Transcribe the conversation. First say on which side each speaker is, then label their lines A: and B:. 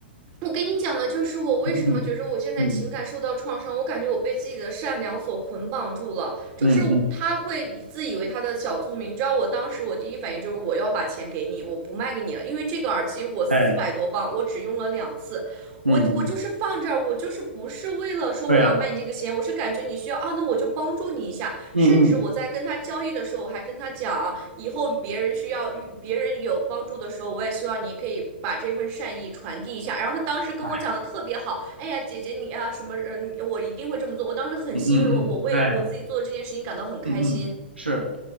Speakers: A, on the right; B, on the right.
A: 我跟你讲的就是我为什么觉着我现在情感受到创伤，
B: 嗯嗯
A: 我感觉我被自己的善良所捆绑住了，就是我他会以自以为他的小聪明。
B: 嗯嗯，嗯
A: 你知道，我当时我第一反应就是我要把钱给你，我不卖给你了，因为这个耳机我四百多磅，
B: 哎，
A: 我只用了两次。
B: 嗯嗯，
A: 我我就是放这儿，我就是不是为了说我要卖你这个钱，
B: 对呀，
A: 我是感觉你需要啊，那我就帮助你一下。
B: 嗯嗯，
A: 甚至我在跟他交易的时候，我还跟他讲，以后别人需要遇别人有帮助的时候，我也希望你可以把这份善意传递一下。然后他当时跟我讲的特别好，
B: 哎，
A: 哎呀，姐姐你啊什么人，你我一定会这么做。我当时很欣慰，
B: 嗯嗯嗯，
A: 我我为我自己做的这件事情感到很开心，
B: 哎，嗯嗯，是，